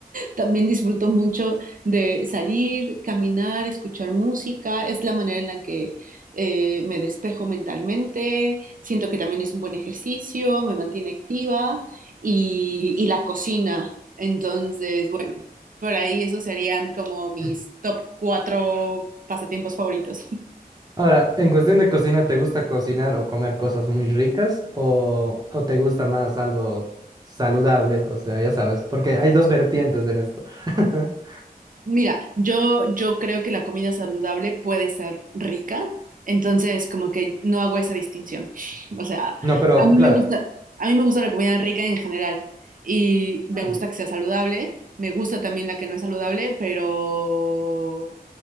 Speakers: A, on the right; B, on the right.
A: También disfruto mucho de salir, caminar, escuchar música. Es la manera en la que eh, me despejo mentalmente. Siento que también es un buen ejercicio, me mantiene activa y, y la cocina. Entonces, bueno, por ahí esos serían como mis
B: Uh.
A: top cuatro pasatiempos favoritos.
B: Ahora, en cuestión de cocina, ¿te gusta cocinar o comer cosas muy ricas o, o te gusta más algo saludable? O sea, ya sabes, porque hay dos vertientes en esto. <laughs>
A: Mira, yo, yo creo que la comida saludable puede ser rica, entonces como que no hago esa distinción. <laughs> O sea,
B: No, pero
A: a mí
B: claro,
A: me gusta, a mí me gusta la comida rica en general y me
B: Hmm.
A: gusta que sea saludable, me gusta también la que no es saludable, pero,